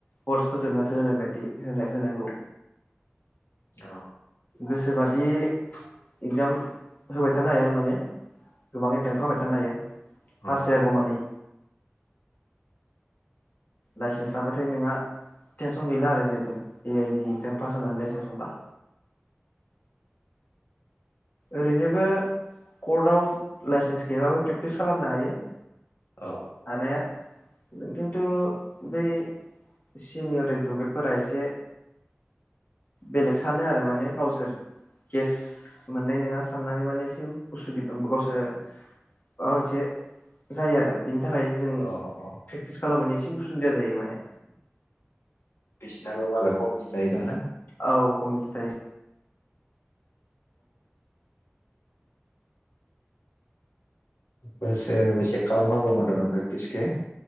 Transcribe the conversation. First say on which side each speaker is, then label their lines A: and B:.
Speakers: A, on the left; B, on the left.
A: कर्स फोजोबनासो होनायबायदि। होनाय होनांगौ।
B: औ
A: गोसोबादि इगजाम होबाय थानो हायो आरो माने गोबां एटेम्प खालामबाय थानो हायो। पास
B: औ
A: जायागमानि लाइसेन्स लाबाथाय नोंहा टेनसन गैला आरो जेबो A I B exam pass जानानै लाइसेन्स मोनबा। ओरैनोबो कर्टआव लाइसेन्स गैयबाबो प्रेक्टिस खालामनो हायो।
B: औ
A: हानाया किन्तु बै सिनियर एदभकेटफोरा एसे बेलेग सानो आरो माने गावसोर केेस मोननाय नङा साननानै माने एसे उसुबिदा गावसोर माबा मोनसे जायो आरो बेनि थाखाय जों
B: अ अ
A: प्रेक्टिस खालामनायनि एसे उसुबिदा जायो माने
B: बिसिनाबो मालाय कमिटि थायो दाना
A: औ कमिटि थायो।
B: बोसोरबो सेक खालामनांगौमोन होनदों प्रेक्टिसखो